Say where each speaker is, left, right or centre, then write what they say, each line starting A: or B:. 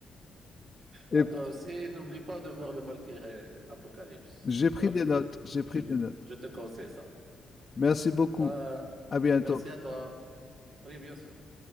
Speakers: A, on the left; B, on the right.
A: et
B: À toi aussi, n'oublie pas de voir le Valkyrie Apocalypse.
A: j'ai pris
B: Euh,
A: des notes, j'ai pris
B: je,
A: des notes.
B: je te conseille ça.
A: Merci beaucoup.
B: Euh,
A: À bientôt.
B: merci à toi. Oui, bien sûr.